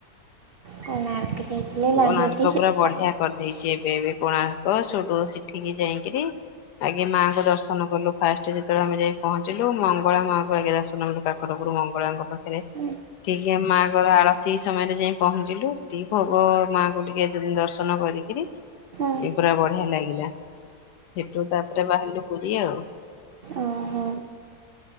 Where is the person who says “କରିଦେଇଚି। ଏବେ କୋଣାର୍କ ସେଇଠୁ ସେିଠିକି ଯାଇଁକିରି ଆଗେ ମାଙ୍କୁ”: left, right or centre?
Left